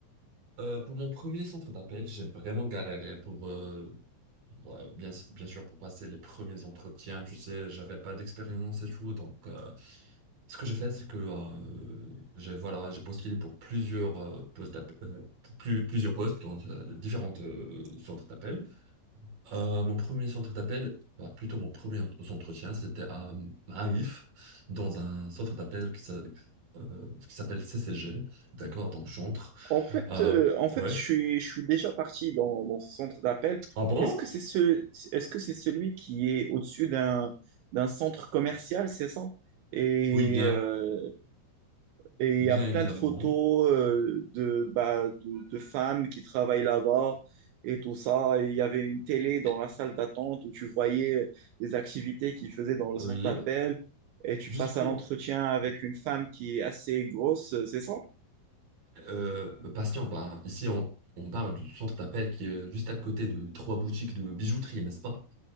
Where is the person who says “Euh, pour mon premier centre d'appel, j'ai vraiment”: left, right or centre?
Right